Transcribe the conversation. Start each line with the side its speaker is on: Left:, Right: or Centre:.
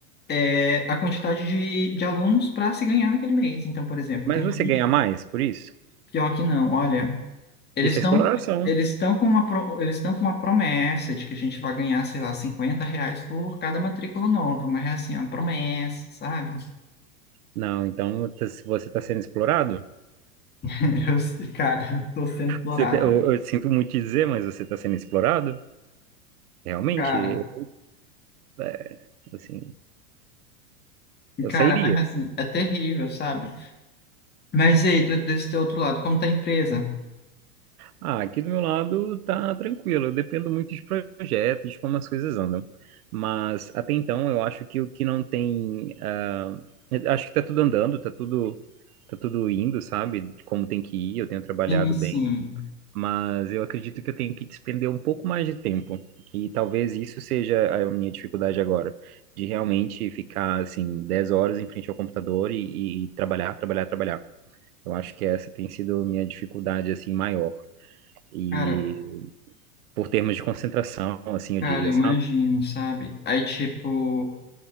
Left: é a quantidade de, de alunos para se ganhar naquele mês. Então, por exemplo,
Right: Mas
Left: tem
Right: você
Left: gente,
Right: ganha mais por isso?
Left: pior que não, olha. Eles
Right: Isso
Left: estão
Right: é exploração.
Left: eles estão com uma pro- eles estão com uma promessa de que a gente vai ganhar, sei lá, 50 reais por cada matrícula nova, mas é assim, é uma promessa, sabe?
Right: Não, então tá- se você está sendo explorado,
Left: <laughs> Eu, cara, eu tô sendo explorado.
Right: você tá- eu, eu sinto muito te dizer, mas você está sendo explorado? Realmente,
Left: Cara,
Right: é, assim, eu
Left: cara,
Right: sairia.
Left: mas assim, é terrível, sabe? Mas e aí, do- desse teu outro lado, como tá a empresa?
Right: Ah, aqui do meu lado tá tranquilo, eu dependo muito de projetos, de como as coisas andam. Mas até então eu acho que o que não tem, ah, eu acho que tá tudo andando, tá tudo, tá tudo indo, sabe? Como tem que ir, eu tenho trabalhado
Left: Sim, sim.
Right: bem, mas eu acredito que eu tenho que despender um pouco mais de tempo. E talvez isso seja a minha dificuldade agora, de realmente ficar assim 10 horas em frente ao computador e, e trabalhar, trabalhar, trabalhar. Eu acho que essa tem sido a minha dificuldade assim maior. E
Left: Cara,
Right: por termos de concentração, assim, eu
Left: cara,
Right: diria,
Left: imagino,
Right: sabe?
Left: sabe? Aí, tipo.